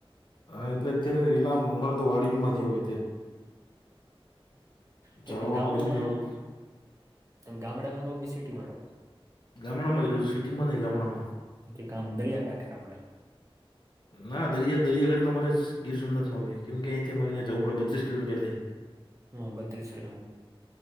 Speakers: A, on the left (about 50°); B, on the right (about 35°).
A: હા એટલે અત્યારે રીલામ અમારે તો વાડીયું માંથી આવ અત્યારે
B: કે
A: ઝાડવામાં
B: ગામડા
A: ગમે
B: મારો
A: ત્યાં
B: તમે ગામડામાં રહો કે સિટી માં રહો
A: ગામડામાં રો છ છે સિટીમાં ન ગામડામાં
B: કે કામ દરિયાકાાંઠે આપડે
A: ના દરિયા દરિયાગાે તો અરે જ ગીર સોમનાથમાં કેમ કે અહીંથીમારે્યાં જવું પડે બત્રીસ કિલોમીટર થાય
B: હા બત્રીસ ગ્રામ